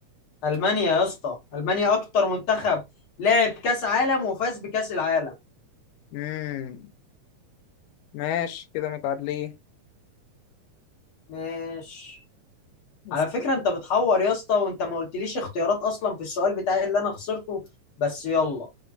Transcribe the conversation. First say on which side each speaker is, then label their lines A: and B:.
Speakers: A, on the left (about 55°); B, on the left (about 85°).
A: المانيا يا اسطى المانيا اكتر منتخب لعب كاس عالم وفاز بكاس العالم
B: مم. ماشي كده متعادلين
A: ماشي
B: بس-
A: على فكره انت بتحور يا اسطى وانت ما قلتليش اختيارات اصلا في السؤال بتاعي اللي انا خسرته بس يلا